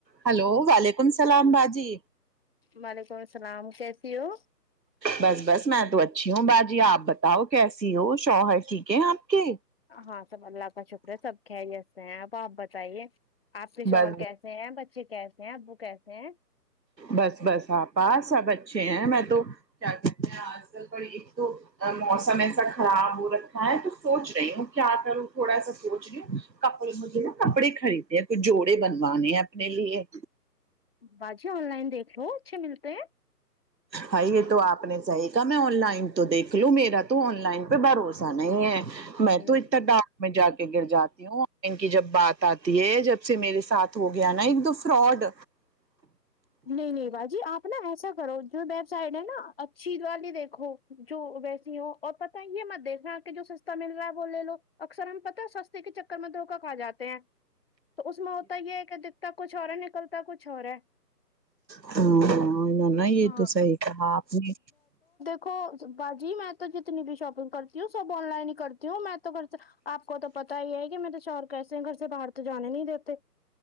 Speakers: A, on the right; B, on the left.
A: hello وعلیکم اسلام باجی
B: وعلیکم السلام کیسی ہو
A: بس بس میں تو اچھی ہوں باجی آپ بتاؤ کیسی ہو شوہر ٹھیک ہے آپ کے
B: ہاں سب اللہ کا شکر ہے سب خسے ہیں اب آپ بتائیے آپ کے شوہر
A: بس
B: کیسے کیس ہیں بچے کیس ہیں ابو کیس ہیں
A: بس بس آپا سب اچھے ہیں میں تو کیا کہتے ہیں ال پر ایک تو موسم ایسا خراب ہو رکھا ہے تو سوچ رہی ہوں کیا کروں تھوڑا سا سوچ رہی ہوں کپڑے مجھے نا کپڑے خریدتے ہیں کچھ جوڑے بنوانے ہیں اپنے لیے
B: باجی آن لائن دیکھ لو اچھے ملتے ہیں
A: بھائی یہ تو آپ نے صحیح کہا میں آن لائن تو دیکھ لوں میرا تو آن لائن پہ بھروسہ نہیں ہے میں
B: نہیں نہیں
A: تو اتنا ڈاک میں جا کے گر جاتی ہوں ان کی جب بات آتی ہے جب سے میرے ساتھ ہو گیا نا ایک دو فراڈ
B: نہیں نہیں باجی آپ نا ایسا کرو جو ویب سائڈ ہے نا اچھی والی دیکھو جو ویسی ہو اور پت ہی یہ م دیکھ رہا کہ جو سسٹم مل رہا ہے وہ لے لو اکثر ہم پتا سستے کے چکر میں دھوکا کھا جے ہیں تو اس میں ہوتا یہ ہے کہ دکھتا کچھ اور ہے نکلتا کچھ اور ہے
A: ہاں انوں نےا یہ
B: ہاں
A: تو صحیح کہا آپ نے
B: دھو باجی میں تو جتنی بھی شاپنگ کرتی ہوں سب آن لائن ہی کرتی ہوں میں تو کر آپ کو تو پتا ہی ہے کہ میں تو چاور کیسے ہیں گھر سے باہر تو جانے نہیں دیتے